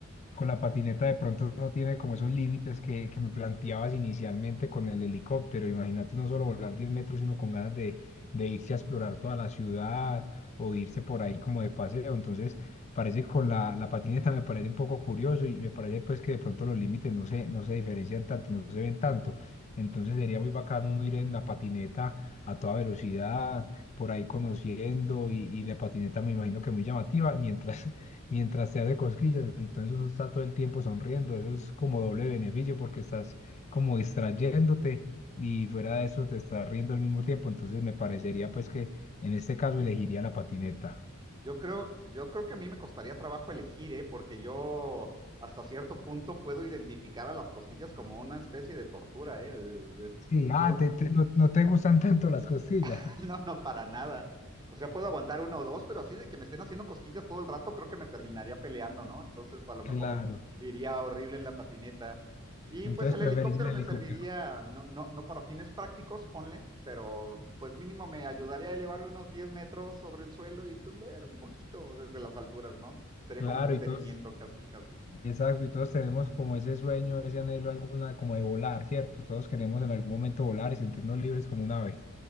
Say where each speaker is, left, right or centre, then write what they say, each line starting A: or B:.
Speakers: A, on the left; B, on the right.
A: con la patineta de pronto no tiene como esos límites que, que me planteabas inicialmente con el helicóptero. Imagínate no solo volar 10 metros, sino con ganas de, de irse a explorar toda la ciudad o irse por ahí como de paseo. Entonces, parece con la, la patineta me parece un poco curioso y me parece pues que de pronto los límites no se, no se diferencian tanto, no se ven tanto. Entonces sería muy bacano uno ir en la patineta a toda velocidad por ahí conociendo y, y la patineta me imagino que muy llamativa, mientras, <laughs> mientras te hace cosquillas, entonces uno está todo el tiempo sonriendo, eso es como doble beneficio porque estás como distrayéndote y fuera de eso te estás riendo al mismo tiempo, entonces me parecería pues que en este caso elegiría la patineta.
B: Yo creo, yo creo que a mí me costaría trabajo elegir, ¿eh? Porque yo hasta cierto punto puedo identificar a las costillas como una especie de tortura, ¿eh? De- de-
A: Sí, ah,
B: digo,
A: te- te- no, no te gustan tanto las costillas.
B: <laughs>
A: <laughs>
B: No, no, para nada. O sea, puedo aguantar uno o dos, pero así de que me estén haciendo cosquillas todo el rato, creo que me terminaría peleando, ¿no? Entonces, a lo mejor
A: Claro,
B: iría horrible en la patineta. Y
A: entonces
B: pues el
A: preferís
B: helicóptero
A: el helicóptero.
B: me serviría, no, no, no para fines prácticos, ponle, pero pues mínimo me ayudaría a elevarme unos 10 metros sobre el suelo y pues ver un poquito desde las alturas, ¿no? Sería
A: Claro,
B: como entretenimiento
A: y todos,
B: casi, casi.
A: Exacto, y todos tenemos como ese sueño, ese anhelo alguna, como de volar, ¿cierto? Todos queremos en algún momento volar y sentirnos libres como un ave.